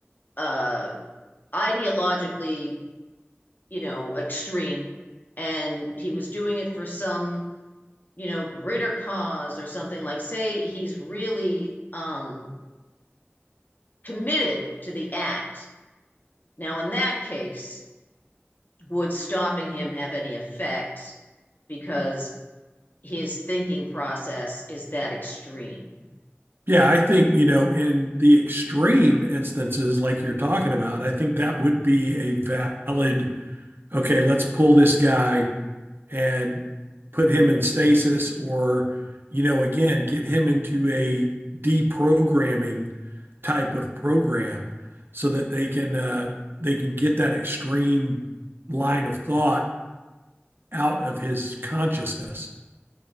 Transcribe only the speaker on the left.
uh, ideologically, you know, extreme, and he was doing it for some, you know, greater cause or something. Like, say he's really um, committed to the act. Now, in that case, would stopping him have any effect because his thinking process is that extreme?